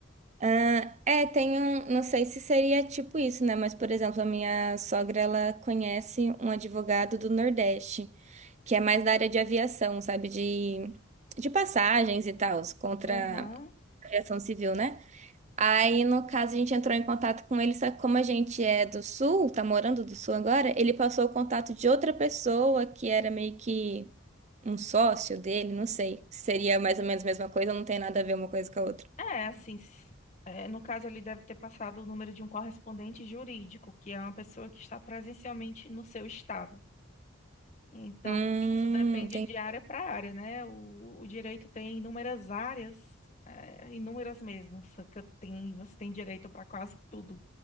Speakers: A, on the right; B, on the left.
A: Ah, é, tem um, não sei se seria tipo isso, né? Mas, por exemplo, a minha sogra, ela conhece um advogado do Nordeste, que é mais da área de aviação, sabe? De, de passagens e tal, contra
B: Aham.
A: a aviação civil, né? Aí, no caso, a gente entrou em contato com ele, só que como a gente é do sul, tá morando do sul agora, ele passou o contato de outra pessoa que era meio que um sócio dele, não sei. se Seria mais ou menos a mesma coisa, não tem nada a ver uma coisa com a outra.
B: É, assim, s- é, no caso ele deve ter passado o número de um correspondente jurídico, que é uma pessoa que está presencialmente no seu estado. Então,
A: Hum,
B: isso depende
A: enten-
B: de área para área, né? O, o direito tem inúmeras áreas, é, inúmeras mesmo. só que Tem, você tem direito para quase tudo